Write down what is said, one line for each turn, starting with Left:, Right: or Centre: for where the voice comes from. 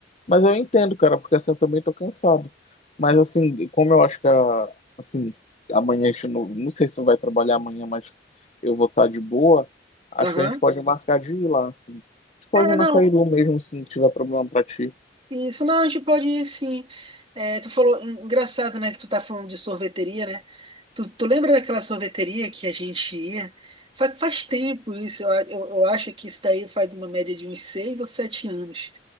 Left: Mas eu entendo, cara, porque assim, eu também tô cansado. Mas assim, como eu acho que, a- assim, amanhã a gente não, não sei se tu vai trabalhar amanhã, mas eu vou estar de boa, acho
Right: Aham.
Left: que a gente pode marcar de ir lá, assim. A gente pode
Right: É,
Left: ir na
Right: não.
Left: Cairu mesmo, se não tiver problema pra ti.
Right: Isso, não, a gente pode ir sim. É, tu falou, en- engraçado, né, que tu tá falando de sorveteria, né? Tu, tu lembra daquela sorveteria que a gente ia? Fa- Faz, tempo isso, eu, a- eu, eu acho que isso daí faz uma média de uns seis ou sete anos,